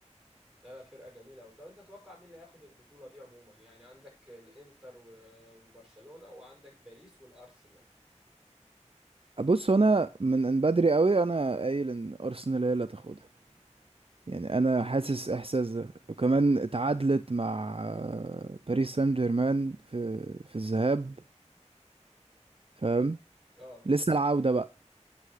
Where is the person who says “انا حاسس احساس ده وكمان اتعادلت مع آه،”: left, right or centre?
Right